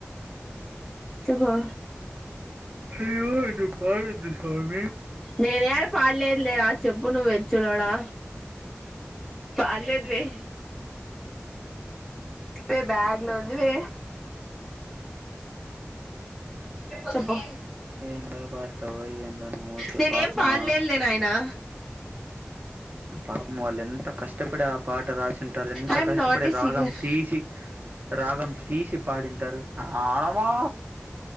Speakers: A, in the centre; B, on the right (about 40°).
A: చెపో
B: అయ్యో ఎటు పాయె దిస్ వన్
A: నేనేడ పాడలేదు లేరా చెప్పు నువ్వు ఏచ్చులోడా పాడ్లేదు వే వే బ్యాగ్ లో ఉంది వే చెప్పు
B: ఏందో పాడుతావు ఏందో నువ్వు ఊరికె
A: నేనేం
B: పాప
A: పాడలేదులే
B: మా
A: నాయనా
B: పాపం వాళ్ళెంత క ష్టపడి ఆ పాట రాసింటారు. ఎంత
A: ఐఎమ్
B: కష్టపడి
A: నాట్ ఏ
B: రాగం
A: సింగర్
B: తీసి రాగం తీసి పాడింతర్ ఆవా